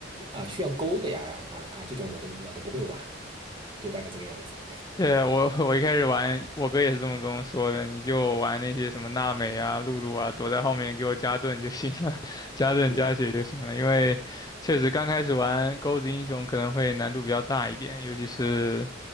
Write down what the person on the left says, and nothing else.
对，我我一开始玩，我哥也是这么跟我说的，你就玩那些什么娜美啊、露露啊，躲在后面给我加盾就行了，<laughs> 加盾加血就行了。
因为确实刚开始玩钩子英雄可能会难度比较大一点，尤其是